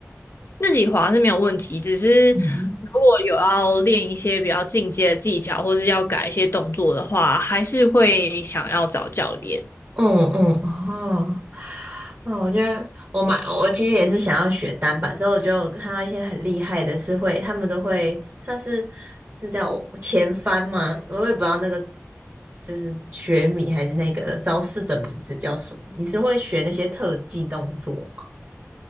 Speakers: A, on the left; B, on the right.
A: 自己滑是没有问题，只是如果有要练一些比较进阶的技巧，
B: 嗯，
A: 或是要改一些动作的话，还是会想要找教练。
B: 嗯嗯哦，那我觉得我买，我其实也是想要学单板，之后我就看到一些很厉害的是会，他们都会算是那叫前翻嘛，我也不知道那个就是学米还是那个招式的名字叫什么。你是会学那些特技动作吗？